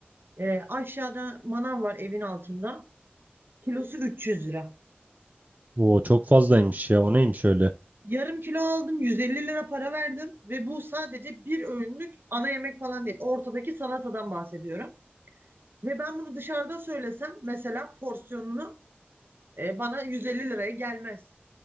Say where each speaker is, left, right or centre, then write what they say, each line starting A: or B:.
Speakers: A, on the right; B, on the right.
A: E, aşağıda manav var evin altında. Kilosu 300 lira.
B: Oo çok fazlaymış ya. O neymiş öyle?
A: Yarım kilo aldım 150 lira para verdim ve bu sadece bir öğünlük ana yemek falan değil. Ortadaki salatadan bahsediyorum. Ve ben bunu dışarıda söylesem mesela porsiyonunu e, bana 150 liraya gelmez.